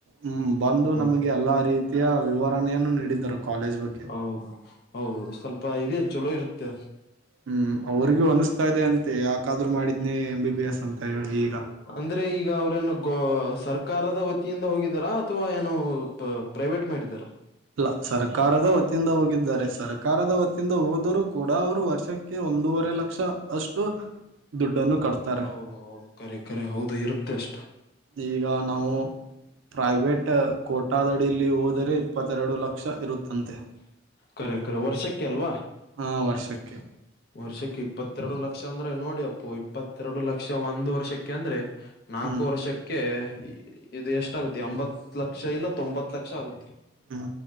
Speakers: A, on the right; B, on the left.
A: ಹ್ಮ ಬಂದು
B: ಹಾ
A: ನಮಗೆ ಎಲ್ಲಾ ರೀತಿ <unintelligible> ವಿವರಣೆಯನ್ನು ನೀಡಿದ್ದರು ಕಾಲೇಜ್ ಬಗ್ಗೆ
B: ಹೌದು ಹೌದೌದು ಸ್ವಲ್ಪ ಇದೆ ಚಲೋ ಇರುತ್ತೆ
A: ಹ್ಮ್ ಅವ್ರಿಗೂ ಅನಿಸ್ತಾ ಇದೆ ಅಂತೆ ಯಾಕಾದ್ರರು ಮಾಡಿದ್ನಿ ಎಂ ಬಿ ಬಿ ಎಸ್ ಅಂತ ಹೇಳಿ ಈಗ
B: ಅಂದ್ರೆ ಈಗ ಅವ್ರೇನು ಗೋ ಸರ್ಕಾರದ ವತಿಯಿಂದ ಹೋಗಿದಾರಾ ಅಥವಾ ಏನು ಪ್ರೈವೇಟ್ ಮಾಡಿದಾರ
A: ಇಲ್ಲ ಸರ್ಕಾರದ ವತಿಯಿಂದ ಹೋಗಿದ್ದಾರೆ ಸರ್ಕಾರದ ವತ್ತಿಯಿಂದ ಹೋದರೂ ಕೂಡ ಅವರು ವರ್ಷಕ್ಕೆ ಒಂದೂವರೆ ಲಕ್ಷ ಅಷ್ಟು ದುಡ್ಡನ್ನು ಕಟ್ತಾರೆ
B: <unintelligible> ಕರೆ ಕರೆ ಹೌದು ಇರುತ್ತೆ ಅಷ್ಟು
A: ಈಗ ನಾವು ಪ್ರೈವೇಟ್ ಕೋಟಾದಡಿಲ್ಲಿ ಹೋದರೆ ಇಪ್ಪತ್ತೆರಡು ಲಕ್ಷ ಇರುತ್ತಂತೆ
B: ಕರೆ ಕರೆ ವರ್ಷಕ್ಕೆ ಅಲ್ವಾ
A: ಹಾ ವರ್ಷಕ್ಕೆ
B: ವರ್ಷಕ್ಕೆ ಇಪ್ಪತ್ತೆರಡು ಲಕ್ಷ ಅಂದ್ರೆ ನೋಡಿ ಅಪ್ಪು ಇಪ್ಪತ್ತೆರಡು ಲಕ್ಷ ಒಂದ್ ವರ್ಷಕ್ಕೆ ಅಂದ್ರೆ ನಾಲ್ಕು
A: ಹ್ಮ್
B: ವರ್ಷಕ್ಕೆ ಇದು ಎಷ್ಟಾಗುತ್ತ ಎಂಬತ್ ಲಕ್ಷ ಇಲ್ಲ ತೊಂಬತ್ ಲಕ್ಷ ಆಗುತ್ತೆ
A: ಹ್ಮ